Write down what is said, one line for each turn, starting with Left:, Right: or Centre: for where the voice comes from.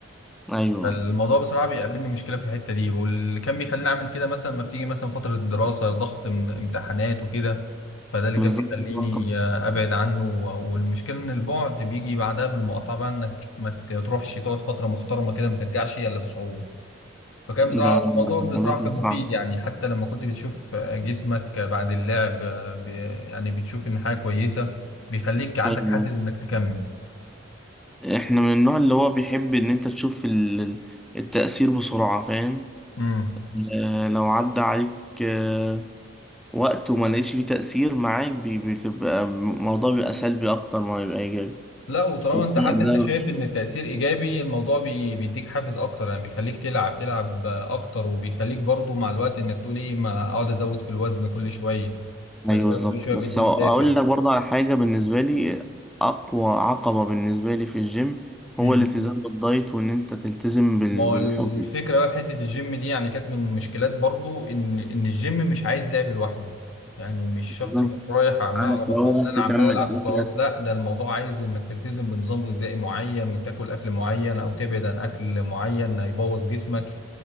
Centre: ايوه
Left: فالموضوع بصراحة بيقابلني مشكلة في الحتة دي واللي كان بيخليني أعمل كده مثلا ما بتيجي مثلا فترة الدراسة ضغط من- امتحانات وكده فده اللي
Centre: بالظبط
Left: كان بيخليني
Centre: الرقم
Left: آه، أبعد عنه و- والمشكلة إن البعد بيجي بعدها بالمقاطعة بقى إنك ما ت- تروحش تقعد فترة محترمة كده ما ترجعش إلا بصعوبة فكان بصراحة
Centre: ده الموضوع
Left: الموضوع بصراحة
Centre: كان
Left: كان
Centre: صعب
Left: مفيد يعني حتى لما كنت بتشوف آه، جسمك آه، بعد اللعب آه، ب- يعني بتشوف إن حاجة كويسة بيخليك عندك
Centre: ايوه
Left: حافز إنك تكمل.
Centre: احنا من النوع اللي هو بيحب ان انت تشوف ال- ال- التأثير بسرعة فاهم
Left: مم.
Centre: آه، لو عدى عليك آه، وقت وما لقيتش فيه تأثير معاك بي- بتبقى الموضوع بيبقى سلبي اكتر ما بيبقى ايجابي
Left: لا وطالما
Centre: وبتبقى
Left: انت حتى
Centre: ده
Left: انت شايف ان التأثير ايجابي الموضوع بي- بيديك حافز اكتر يعني بيخليك تلعب تلعب اكتر وبيخليك برضو مع الوقت انك تقول ايه ما اقعد ازود في الوزن كل شوية فده
Centre: ايوه بالظبط
Left: كل شوية
Centre: بس
Left: بيديك
Centre: هو- اقول
Left: دافع
Centre: لك برضه على حاجه بالنسبه لي اقوى عقبه بالنسبه لي في الجيم
Left: مم.
Centre: هو الالتزام بالدايت وان انت تلتزم بال-
Left: ما هو
Centre: بالحجم
Left: الفكرة بقى في حتة الجيم دي يعني كانت من المشكلات برضو إن إن الجيم مش عايز لعب لوحده يعني مش شرط
Centre: بالظبط
Left: إنك رايح عمال
Centre: عارف
Left: على بطال
Centre: لو
Left: إن أنا
Centre: تكمل
Left: عمال ألعب
Centre: اكلك
Left: وخلاص لا ده الموضوع عايز إنك تلتزم بنظام غذائي معين وتاكل أكل معين أو تبعد عن أكل معين هيبوظ جسمك